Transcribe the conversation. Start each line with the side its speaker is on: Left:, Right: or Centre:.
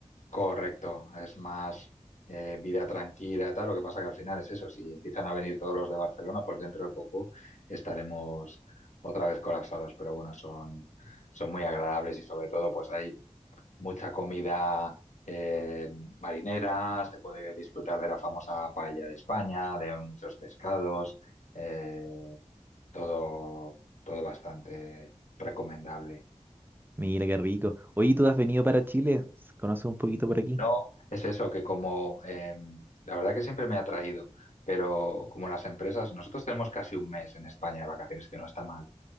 Left: Correcto, es más eh, vida tranquila y tal. Lo que pasa que al final es eso, si empiezan a venir todos los de Barcelona, pues dentro de poco estaremos otra vez colapsados. Pero bueno, son, son muy agradables y sobre todo pues hay mucha comida eh, marinera, se puede disfrutar de la famosa paella de España, de muchos pescados, eh, todo, todo bastante recomendable.
Right: Mira qué rico. Oye, ¿tú has venido para Chile? ¿Conoces un poquito por aquí?
Left: No,
Right: <laughs>
Left: es eso, que como eh, la verdad que siempre me ha atraído, pero como las empresas, nosotros tenemos casi un mes en España de vacaciones, que no está mal,